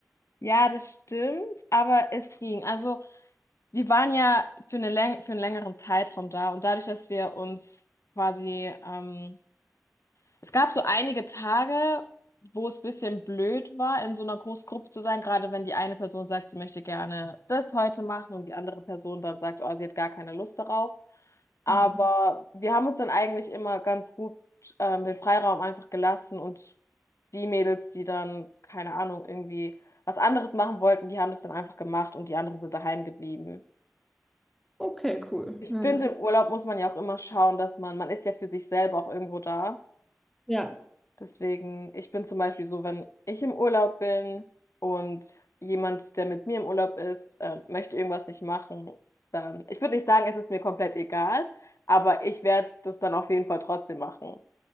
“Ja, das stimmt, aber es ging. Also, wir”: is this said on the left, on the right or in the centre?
Left